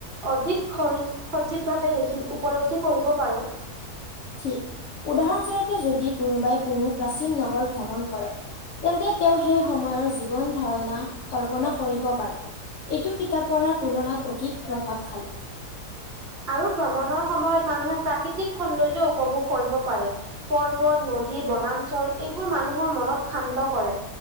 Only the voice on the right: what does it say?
অধিক স সজীৱ ভাৱে দেখি উপলব্ধি কৰিব পাৰোঁ।
আৰু ভ্ৰমণৰ সময়ত মানুহে প্ৰাকৃতিক সৌন্দৰ্য উপভোগ কৰিব পাৰে, পৰ্বত, নদী, বনাঞ্চল এইবোৰে মানুহৰ মনত শান্ত কৰে।